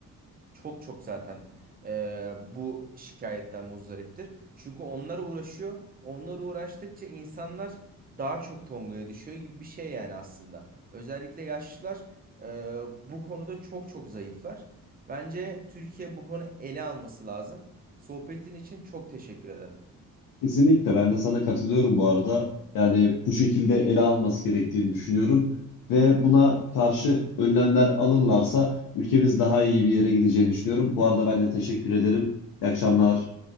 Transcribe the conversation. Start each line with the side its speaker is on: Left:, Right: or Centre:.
Right: çok çok zaten e, bu şikayetten muzdariptir. Çünkü onlar uğraşıyor. Onlar uğraştıkça insanlar daha çok tongaya düşüyor gibi bir şey yani aslında. Özellikle yaşlılar e, bu konuda çok çok zayıflar. Bence Türkiye bu konu ele alması lazım. Sohbetin için çok teşekkür ederim.
Left: Kesinlikle ben de sana katılıyorum bu arada. Yani bu şekilde ele alması gerektiğini düşünüyorum ve buna karşı önlemler alırlarsa ülkemiz daha iyi bir yere gideceğini düşünüyorum. Bu arada ben de teşekkür ederim. İyi akşamlar.